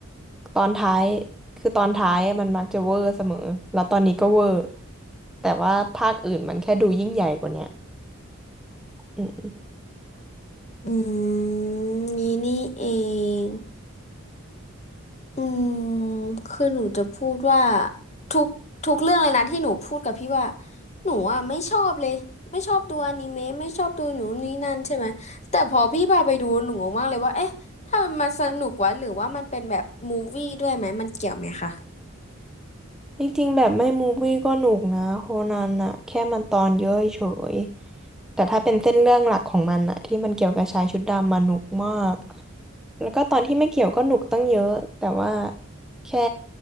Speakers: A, in the centre; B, on the left (about 30°).
A: ตอนท้ายคือตอนท้ายอะมันมักจะเวอร์เสมอแล้วตอนนี้ก็เวอร์แต่ว่าภาคอื่นมันแค่ดูยิ่งใหญ่กว่าเนี้ยอืม
B: อืมนี่นี่เอง อืมคือหนูจะพูดว่าทุกทุกเรื่องเลยนะที่หนูพูดกับพี่ว่าหนูอ่ะไม่ชอบเลยไม่ชอบดูอนิเมะไม่ชอบดูหนูนนี่นั่นใช่ไหมแต่พอพี่พาไปดูหนูงงมากเลยว่าเอ๊ะถ้ามันมาสนุกวะหรือว่ามันเป็นแบบมูฟวี่ด้วยไหมมันเกี่ยวไหมคะ
A: จริงๆแบบไม่มูฟวี่ก็หนุกนะโคนันอะแค่มันตอนเยอะเฉยแต่ถ้าเป็นเส้นเรื่องหลักของมันอะที่มันเกี่ยวกับชายชุดดำมาหนุกมากแล้วก็ตอนที่ไม่เกี่ยวก็หนุกตั้งเยอะแต่ว่าแค่